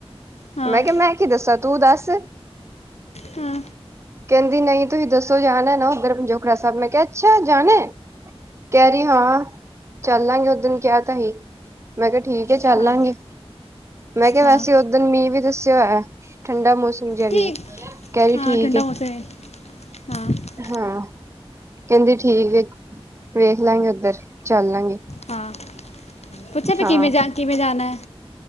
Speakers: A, on the left; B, on the right.
A: ਹਾਂ
B: ਮੈਂ ਕਿਹਾ ਮੈਂ ਕੀ ਦੱਸਾਂ ਤੂੰ ਦੱਸ।
A: ਹੂ
B: ਕਹਿੰਦੀ ਨਹੀਂ ਤੁਸੀਂ ਦੱਸੋ ਜਾਣਾ ਨਾ ਉੱਧਰ ਪਜੋੋਖੜਾ ਸਾਹਿਬ। ਮੈਂ ਕਿਹਾ ਅੱਛਾ ਜਾਣਾ ਐ। ਕਹਿ ਰਹੀ ਹਾਂ ਚੱਲਾਂਗੇ ਉਸ ਦਿਨ ਕਿਹਾ ਤਾਂ ਹੀ ਮੈਂ ਕਿਹਾ ਠੀਕ ਹੈ। ਚੱਲਾਂਗੇ
A: ਹਾਂ
B: ਮੈਂ ਕਿਹਾ
A: ਹਾਂ
B: ਵੈਸੇ ਓਦਣ ਮੀਂਹ ਵੀ ਦੱਸਿਆ ਹੋਇਆ ਠੰਡਾ ਮੌਸਮ ਸਮਝਿਆ ਵੀ
A: ਠੀਕ
B: ਕੱਲ
A: ਹਾਂ
B: ਠੀਕ।
A: ਠੰਡਾ ਮੌਸਮ ਹੈ ਹਾਂ
B: ਹੂ ਕਹਿੰਦੀ ਠੀਕ ਵੇਖ ਲਾਂਗੇ, ਉੱਧਰ ਚੱਲ ਲਾਂਗੇ।
A: ਹਾਂ ਪੁੱਛਿਆ ਵੀ
B: ਹਾਂ
A: ਕਿਵੇਂ ਜਾ ਕਿਵੇਂ ਜਾਣਾ ਐ।